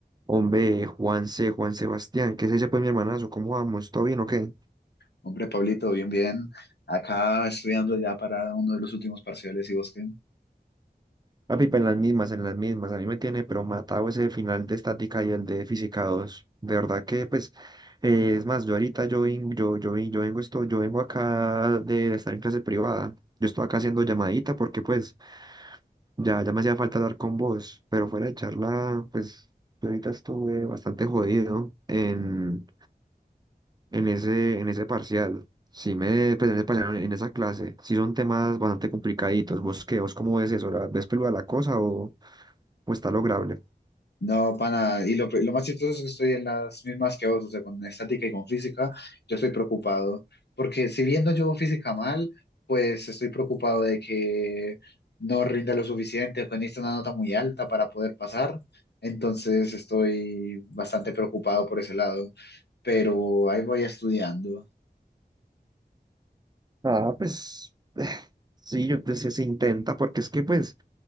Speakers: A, on the right; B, on the left.
A: Hombre, Juanse, Juan Sebastián, ¿qué se dice pues mi hermanazo? ¿Cómo vamos? ¿Todo bien o qué?
B: Hombre, Pablito, bien, bien. Acá estudiando ya para uno de los últimos parciales y vos qué.
A: Papi, pues en las mismas, en las mismas. A mí me tiene pero matado ese final de estática y el de física 2. De verdad que pues, eh, es más, yo ahorita yo, vin- yo, yo, vin- yo vengo esto, yo vengo acá de, de estar en clase privada. Yo estoy acá haciendo llamadita porque pues ya, ya me hacía falta hablar con vos, pero fuera de charla, pues yo ahorita estuve bastante jodido en, en ese, en ese parcial. Sí me, pues, en ese parcial, en esa clase, sí son temas bastante complicaditos. ¿Vos qué? ¿Vos cómo ves eso? ¿La, ves peluda la cosa o, o está lograble?
B: No, pana, y lo, pe- lo más chistoso es que estoy en las mismas que vos, o sea, con estática y con física, yo estoy preocupado, porque si bien no llevo física mal, pues estoy preocupado de que no rinda lo suficiente, que necesito una nota muy alta para poder pasar, entonces estoy bastante preocupado por ese lado, pero ahí voy estudiando.
A: Ah, pues <sighs> eh, sí, yo, pues, se, se intenta, porque es que pues,